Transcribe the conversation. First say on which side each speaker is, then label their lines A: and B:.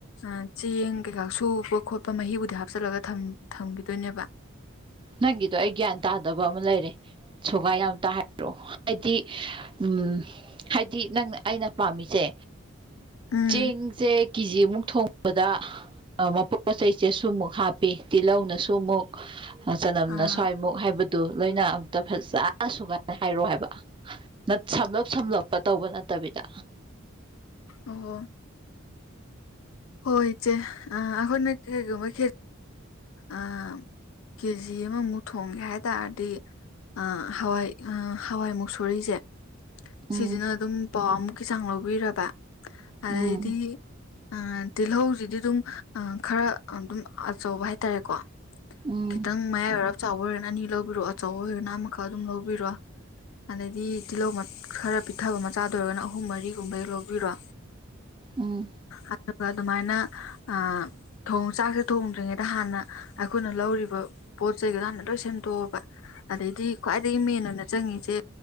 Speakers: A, on the left; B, on the right.
A: ꯑ ꯆꯦꯡ ꯀꯩꯀꯥ ꯁꯨꯕ ꯈꯣꯠꯄ ꯃꯍꯤꯕꯨꯗꯤ ꯍꯥꯞꯆꯜꯂꯒ ꯊꯝ ꯊꯝꯒꯤꯗꯨꯏꯅꯦꯕ
B: ꯅꯪꯒꯤꯗꯣ ꯑꯩ ꯒ꯭ꯌꯥꯟ ꯇꯥꯗꯕ ꯑꯃ ꯂꯩꯔꯦ ꯁꯣꯒꯥꯏ ꯌꯥꯝ ꯇꯥ ꯍꯥꯢ ꯔꯣ ꯑꯥꯏꯗꯤ ꯎꯝ ꯍꯥꯏꯗꯤ ꯅꯪꯅ ꯑꯩꯅ ꯄꯥꯝꯃꯤꯁꯦ
A: ꯎꯝ
B: ꯆꯦꯡꯖꯦ ꯀꯦꯖꯤꯃꯨꯛ ꯊꯣꯡꯕꯗ ꯑ ꯃꯄꯣꯠ ꯃꯆꯩꯆꯦꯁꯨ ꯑꯃꯨꯛ ꯍꯥꯞꯄꯤ ꯇꯤꯜꯂꯧꯅꯁꯨ ꯑꯃꯨꯛ ꯃ ꯆꯅꯝꯅ
A: ꯑꯥ
B: ꯁ꯭ꯋꯥꯏꯃꯨꯛ ꯍꯥꯏꯕ ꯗꯨ ꯂꯣꯏꯅꯥ ꯑꯝꯇ ꯐꯖꯅ ꯁꯨꯒꯥꯏꯅ ꯍꯥꯏꯔꯣ ꯍꯥꯏꯕ ꯅꯠ ꯁꯝꯂꯞ ꯁꯝꯂꯞꯄ ꯇꯧꯕ ꯅꯠꯇ ꯇꯕꯤꯗ
A: ꯑꯣ ꯍꯣꯏ ꯏꯆꯦ ꯑ ꯑꯈꯣꯏꯅ ꯀꯩꯒꯨꯝꯕ ꯈꯦ ꯑ ꯀꯦ ꯖꯤ ꯑꯃꯃꯨꯛ ꯊꯣꯡꯒꯦ ꯍꯥꯏ ꯇꯥꯔꯗꯤ ꯑ ꯍꯋꯥꯏ ꯑ ꯍꯋꯥꯏ ꯃꯨꯛꯁꯣꯔꯤꯖꯦ
B: ꯎꯝ
A: ꯁꯤꯖꯤꯅ ꯑꯗꯨꯝ ꯄꯋꯥ ꯑꯃꯨꯛꯀꯤ ꯆꯥꯡ ꯂꯧꯕꯤꯔꯕ ꯑꯗꯩꯗꯤ
B: ꯎꯝ
A: ꯑ ꯇꯤꯜꯍꯧꯖꯤꯗꯤ ꯑꯗꯨꯝ ꯑ ꯈꯔ ꯑꯗꯨꯝ ꯑꯆꯧꯕ ꯍꯥꯏꯇꯥꯔꯦꯀꯣ
B: ꯎꯝ
A: ꯈꯤꯇꯪ ꯃꯌꯥꯏ ꯑꯣꯏꯔꯞ ꯆꯥꯎꯕ ꯑꯣꯏꯔꯅ ꯑꯅꯤ ꯂꯧꯕꯤꯔꯣ ꯑꯆꯧꯕ ꯑꯣꯏꯔꯒꯅ ꯑꯃꯈꯛ ꯑꯗꯨꯝ ꯂꯧꯕꯤꯔꯣ ꯑꯗꯩꯗꯤ ꯇꯤꯜꯂꯧ ꯃ ꯈꯔ ꯄꯤꯛꯊꯕ ꯃꯆꯥꯗꯣ ꯑꯣꯏꯔꯒꯅ ꯑꯍꯨꯝ ꯃꯔꯤꯒꯨꯝꯕꯩ ꯂꯧꯕꯤꯔꯣ
B: ꯎꯝ
A: ꯑꯗꯨꯒ ꯑꯗꯨꯃꯥꯏꯅ ꯑꯥ ꯊꯣꯡ ꯆꯥꯛꯁꯦ ꯊꯣꯡ ꯗ꯭ꯔꯤꯉꯩꯗ ꯍꯥꯟꯅ ꯑꯩꯈꯣꯏꯅ ꯂꯧꯔꯤꯕ ꯄꯣꯠ ꯆꯩꯒꯗꯣ ꯍꯥꯟꯅ ꯂꯣꯏ ꯁꯦꯝꯇꯣꯛꯑꯕ ꯑꯗꯩꯗꯤ ꯈ꯭ꯋꯥꯏꯗꯒꯤ ꯃꯦꯟ ꯑꯣꯏꯅ ꯆꯪꯉꯤꯖꯦ